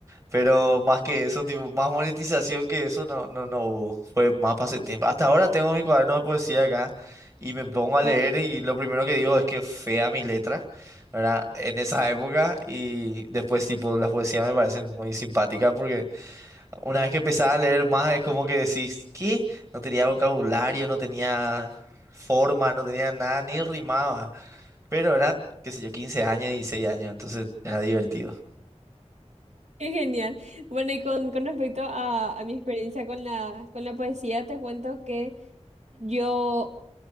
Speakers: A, on the right (about 25°); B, on the right (about 70°).
A: Pero más que eso, tipo, más monetización que eso no, no, no hubo. Fue más pasatiempo. Hasta ahora tengo mi cuaderno de poesía acá y me pongo a
B: Wow.
A: leer y lo primero que digo es que fea mi letra, ¿verdad? En esa época y después, tipo, las poesías me parecen muy simpáticas porque una vez que empezás a leer más es como que decís, ¿qué? No tenía vocabulario, no tenía forma, no tenía nada, ni rimaba. Pero eran, qué sé yo, 15 años, 16 años, entonces era divertido.
B: Qué genial. Bueno, y con, con respecto a, a mi experiencia con la, con la poesía, te cuento que yo